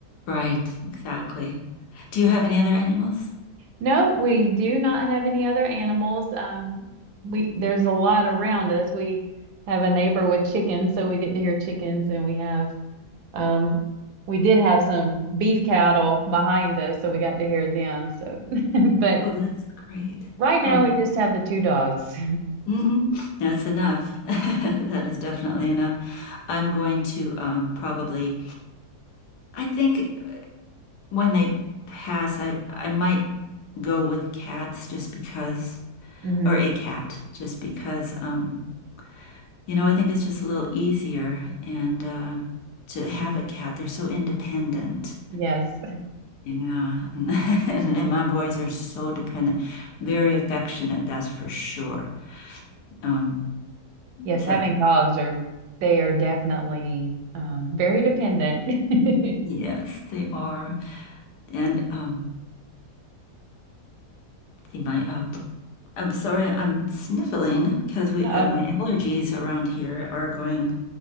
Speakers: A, on the left; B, on the right.
A: right, exactly. Do you have any other animals?
B: No, we do not have any other animals. Um, we there's a lot around us. We have a neighbor with chickens, so we get to hear chickens, and we have Um, we did have some beef cattle behind us, so we got to hear them. So, <laughs> but
A: Oh, that's great.
B: right now
A: Oh,
B: we just have the two dogs.
A: hmm That's enough. <laughs> That is definitely enough. I'm going to um, probably, I think when they pass, I, I might go with cats just because,
B: <laughs> hmm
A: or a cat, just because um, You know, I think it's just a little easier and uh to have a cat. They're so independent.
B: Yes.
A: Yeah. <laughs> And my boys are so dependent, very affectionate, that's for sure. Um,
B: Yes,
A: so
B: having dogs are they are definitely um, very dependent. <laughs>
A: yes, they are. And um they might um I'm sorry, I'm sniffling because we
B: Oh,
A: uh, my allergies around here are going